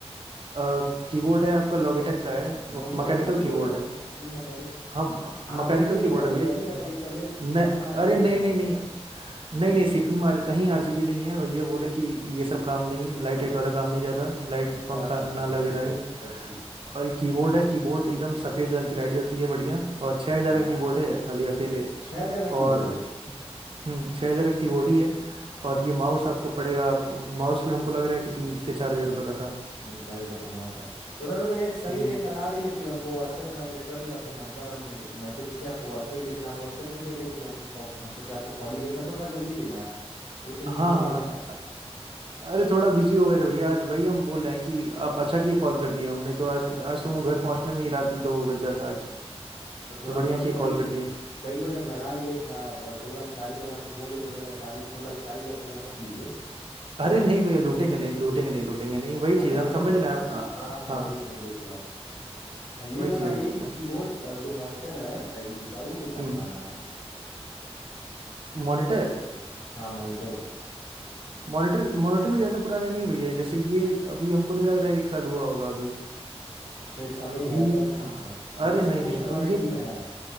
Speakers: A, on the right; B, on the left.
A: आ, कीबोर्ड है आपका लॉगिटेक का है वो
B: लॉगिटेक
A: मैकेनिकल
B: का कीबोर्ड
A: कीबोर्ड
B: रखे
A: है
B: हैं? अरे मैकेनिक
A: हाँ
B: आरजीबी
A: मैकेनिकल
B: नहीं
A: कीबोर्ड
B: ना है भैया
A: है भैया
B: ये बताइए पहले सीपीयू
A: न
B: में आरजीबी
A: अरे
B: नहीं
A: नहीं
B: ना है
A: नहीं नहीं नहीं नहीं सीपीयू में आर- कहीं आरजीबी नहीं है भैया बोले कि ये सब काम नहीं लाइट वाइट वाला काम नहीं ज़्यादा लाइट
B: हाँ
A: पंखा
B: तब ठीक
A: ना
B: है
A: लगे
B: तब ठीक
A: रहे
B: है तब ठीक
A: और कीबोर्ड है कीबोर्ड एकदम सफ़ेद रंग की लाइट जलती है बढ़िया और 6000
B: है हाँ
A: का कीबोर्ड है खाली अकेले
B: छह हजार का कीबोर्ड
A: और
B: है
A: हम्म छः हज़ार का कीबोर्ड ही है और ये माउस आपको पड़ेगा आप- माउस भी हमको लग रहा है कि तीन से चार हज़ार रुपये का था
B: तीन से चार हजार का माउस था तो मैं बोला भैया एक सही
A: हम्म
B: रेट लगा दीजिए फिर हमको व्हाट्सएप में मैसेज कर दिए आपको नंबर हम मैसेज किए आपको व्हाट्सएप लेकिन आप व्हाट्सएप नहीं देखे तो फिर हमको कॉल- हम सोचे आपको कॉल ही जैसे हमको थोड़ा जल्दी लेना है दो तीन
A: हाँ
B: दिन
A: हाँ
B: में लेना
A: हाँ, स-
B: है
A: अरे थोड़ा बिजी हो गए थे भैया आज वही हम बोल रहे हैं कि आप अच्छा किए कॉल कर दिए हमने तो आज आज तुमको घर पहुंचने में ही रात दो बज जाता आज
B: तो थोड़ा
A: तो बढ़िया
B: मतलब
A: किए
B: सही
A: कॉल कर दिए
B: सही बजट लगा लीजिए थोड़ा मतलब दो लाख चालीस हजार हमको बोल दिया तो दो हजार चालीस दो लाख चालीस हजार पूरा मत लीजिए थोड़ा
A: अरे
B: मतलब
A: नहीं भैया लूटेंगे नहीं लूटेंगे नहीं लूटेंगे नहीं वही
B: अच्छा
A: चीज़
B: ये बताइए
A: हम समझ
B: कि
A: रहे हैं आप आ,
B: हाँ समझिए
A: हाँ
B: समझिए थोड़ा अ, ये
A: वही
B: बताइए
A: चीज़ हम बोल
B: कि
A: रहे
B: कीबोर्ड
A: हैं
B: अ, जो मॉनिटर है एलजी का वो कितना
A: हम्म
B: पुराना है
A: मॉनिटर
B: हाँ मॉनिटर
A: मॉनिटर मॉनिटर भी ज़्यादा पुराना नहीं है भैया जैसे ये अभी हमको नहीं लग रहा है एक साल हुआ होगा अभी
B: अच्छा एक साल
A: अभी
B: नहीं हुआ है तब ठीक
A: अ,
B: है मतलब
A: अरे
B: सब
A: नहीं
B: कुछ
A: नहीं अब
B: वारंटी
A: ये
B: में है